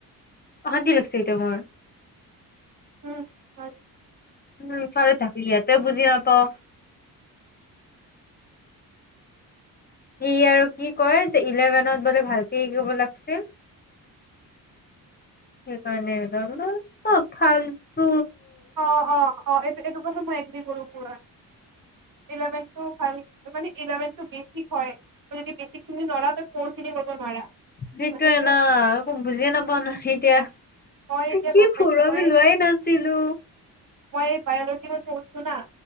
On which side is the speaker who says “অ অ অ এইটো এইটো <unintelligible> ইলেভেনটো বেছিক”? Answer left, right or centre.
Right